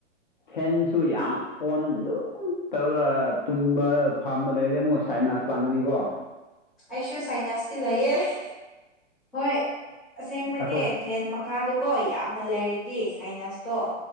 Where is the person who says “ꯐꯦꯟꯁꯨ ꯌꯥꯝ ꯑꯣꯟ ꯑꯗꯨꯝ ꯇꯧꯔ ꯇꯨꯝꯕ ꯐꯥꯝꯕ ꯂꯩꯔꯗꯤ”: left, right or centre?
Left